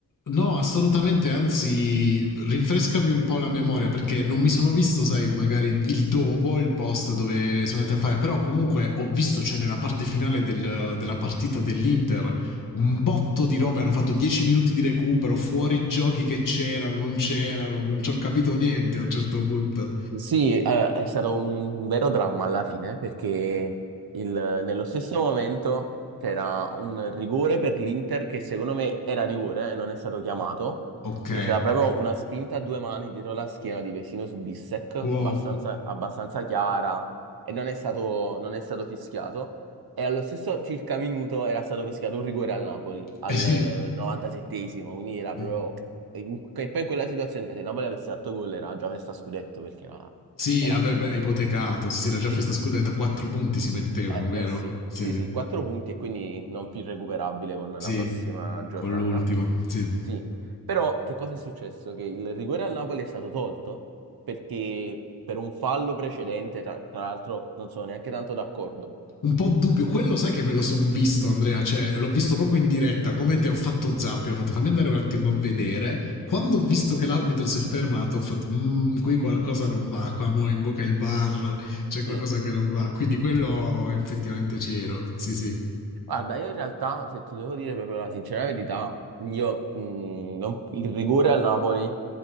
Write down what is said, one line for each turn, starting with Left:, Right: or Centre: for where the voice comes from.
Left: no, assolutamente, anzi, rinfrescami un po' la memoria perché non mi sono visto, sai, magari il dopo, il post dove sono andati a fare, però comunque ho visto, cioè nella parte finale del- della partita dell'Inter, un botto di robe, hanno fatto 10 minuti di recupero, fuori giochi che c'erano, non c'erano, non ci ho capito niente a un certo punto.
Right: Sì, allora, è stato un vero dramma alla fine perché il- nello stesso momento c'era un rigore per l'Inter che secondo me era rigore e non è stato chiamato,
Left: Ok,
Right: che c'era proprio una spinta a due mani dietro la schiena di Vesino su Bissek,
Left: wow,
Right: abbastanza, abbastanza chiara e non è stato, non è stato fischiato. E allo stesso circa minuto era stato fischiato un rigore al Napoli, al
Left: eh sì,
Right: 97esimo, quindi era
Left: sì.
Right: proprio in- e poi in quella situazione se il Napoli avesse fatto gol era già festa scudetto perché era,
Left: Sì,
Right: era
Left: avrebbe
Right: finito.
Left: ipotecato. Sì, sì, la già
Right: Sì,
Left: festa scudetta, quattro punti si mettevano,
Right: eh,
Left: vero?
Right: eh sì,
Left: Sì,
Right: sì, sì, quattro punti e quindi non più recuperabile con la
Left: sì,
Right: prossima giornata.
Left: con l'ultima, sì.
Right: Sì, però che cosa è successo? Che il rigore al Napoli è stato tolto perché per un fallo precedente, tra, tra l'altro non sono neanche tanto d'accordo.
Left: Un po' dubbio, quello sai che me lo son visto Andrea, cioè l'ho visto proprio in diretta, come te ho fatto zappio, ho fatto fammi andare un attimo a vedere, quando ho visto che l'arbitro si è fermato ho fatto mmm, qui qualcosa non va, qua mo invoca il bar, c'è
Right: Sì,
Left: qualcosa che non va, quindi quello effettivamente c'ero, sì sì.
Right: guarda, io in realtà, se ti devo dire proprio la sincera verità, io, mh, non- il rigore al Napoli